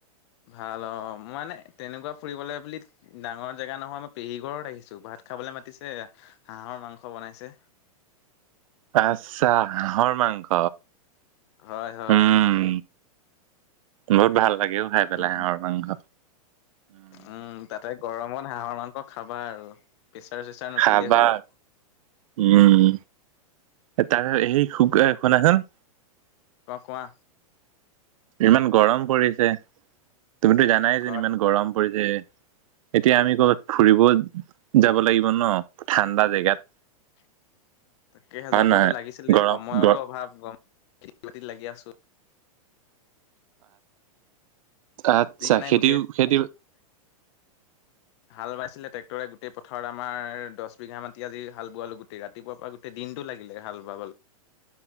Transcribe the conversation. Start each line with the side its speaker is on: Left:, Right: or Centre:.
Left: ভাল অ মই মানে তেনেকুৱা ফুৰিবলে বুলি ডাঙৰ জেগা নহয় মই পেহীগৰত আহিছো ভা খাবলৈ মাতিছে হাঁহৰ মাংস বনাইছে
Right: আচছা হাঁহৰ মাংস
Left: হয় হয়
Right: উম বহুত ভাল লাগেও খাই পেলাই
Left: উম
Right: হাঁহৰ মাংস
Left: উম তাতে গৰমত হাঁহৰ মাংস খাবা আৰু প্ৰেছাৰ চেচাৰ নুঠিলেই
Right: খাবা
Left: হ'ল আৰু
Right: উম তাৰ স শ শুনাচোন
Left: কোৱা কোৱা
Right: ইমান গৰম পৰিছে তুমিতো জানাইচোন
Left: হয়
Right: ইমান গৰম পৰিছে এতিয়া আমি ক'বাত ফুৰিব যাব লাগিব ন ঠাণ্ডা জেগাত
Left: <inaudible> তাকেহে
Right: হয়
Left: যাবতো
Right: নহয়
Left: লাগিছিল
Right: গৰম
Left: সময়ৰো
Right: গ
Left: অভাৱ গমতি বাতিত লাগি আছো
Right: আচ্ছা
Left: মানে
Right: খেতিও
Left: গোট
Right: খেতি
Left: হাল বাইছিলেট্ৰে্টৰে গোটেই পথাৰত আমাৰ দহ বিঘা মাটি আজি হাল বোৱালো গোটেই ৰাতিপুৱা পৰা গো দিনটো লাগিলে হাল বাব